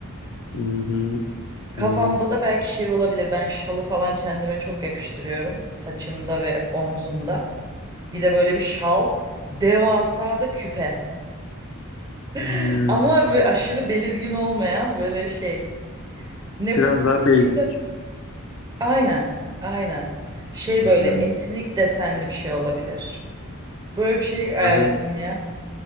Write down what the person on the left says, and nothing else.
Hı hı.
Yani
hmm,
biraz
daha
basic.
Hı
hı.
Gayet,